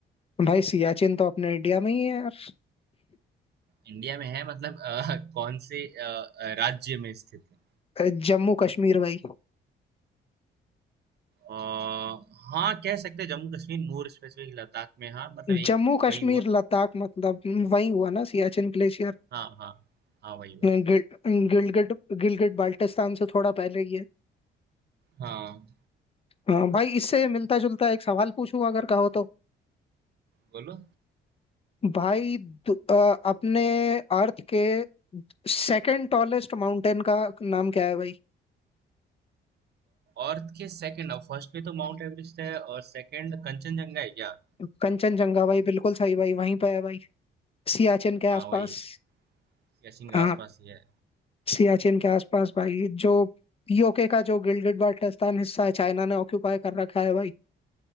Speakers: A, on the left (about 30°); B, on the right (about 55°).
A: भाई सियाचिन तो अपने इंडिया में ही है यार
B: इंडिया में है मतलब अ, <laughs> कौन से अ, अ, राज्य में स्थित है
A: अ, जम्मू कश्मीर भाई
B: अ, हाँ, कह सकते हैं जम्मू कश्मीर मोर स्पेसिफिक लद्दाख में हाँ मतलब एक
A: जम्मू कश्मीर
B: वही हुआ
A: लद्दाख मतलब वही हुआ ना सियाचिन ग्लेशियर
B: हाँ हाँ हाँ वही हुआ
A: गिल- गिलगिट गिलगिट बाल्टिस्तान से थोड़ा पहले ही है
B: हाँ
A: हाँ, भाई इससे मिलता जुलता एक सवाल पूछूं अगर कहो तो
B: बोलो
A: भाई दु- अ, अपने अर्थ के सेकंड टॉलेस्ट माउंटेन का नाम क्या है भाई
B: अर्थ के सेकंड फर्स्ट पे तो माउंट एवरेस्ट है और सेकंड कंचनजंगा है क्या
A: कंचनजंगा भाई बिल्कुल सही भाई वहीं पे है भाई सियाचिन के आसपास
B: हाँ वही गेसिंग के
A: हाँ
B: आसपास ही है
A: सियाचिन के आसपास भाई जो यूके का जो गिल्डेड बाल्टिस्तान हिस्सा है चाइना ने ऑक्यूपाई कर रखा है भाई